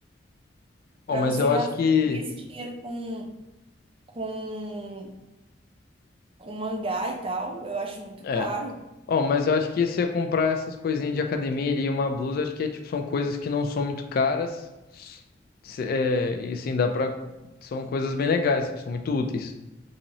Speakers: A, on the left; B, on the right.
A: Bom,
B: pra
A: mas
B: você
A: eu
B: gastar
A: acho que
B: com esse dinheiro com, com, com mangá e tal. Eu acho muito
A: É.
B: caro.
A: Ó, mas eu acho que se você comprar essas coisinhas de academia ali e uma blusa, acho que é, tipo, são coisas que não são muito caras. Se- é, e sim, dá pra. São coisas bem legais, assim, são muito úteis.